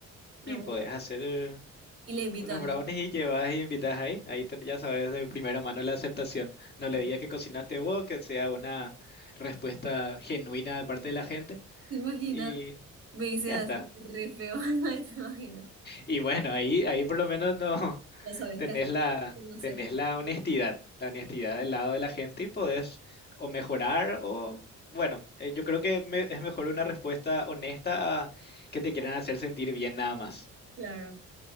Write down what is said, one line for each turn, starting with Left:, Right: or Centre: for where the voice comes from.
Right: Me
Left: Y
Right: voy
Left: podés hacer
Right: y le invito
Left: unos
Right: a él.
Left: brownies y llevas y invitas ahí. Ahí ten- ya sabes de primera mano la aceptación. No le
Right: <laughs> ¿Te
Left: digas que cocinaste vos, que sea una respuesta genuina de parte de la gente.
Right: imaginas?
Left: Y
Right: Me dicen
Left: y ya está.
Right: así, re feo, <laughs> ay, te imagino.
Left: Y bueno, ahí, ahí por lo menos no <laughs>
Right: Ya sabes
Left: tenés
Right: qué hacer,
Left: la,
Right: qué no hacer.
Left: tenés la honestidad, la honestidad del lado de la gente y podés o mejorar o, bueno, eh, yo creo que me- es mejor una respuesta honesta a que te quieran hacer sentir bien nada más.
Right: Claro.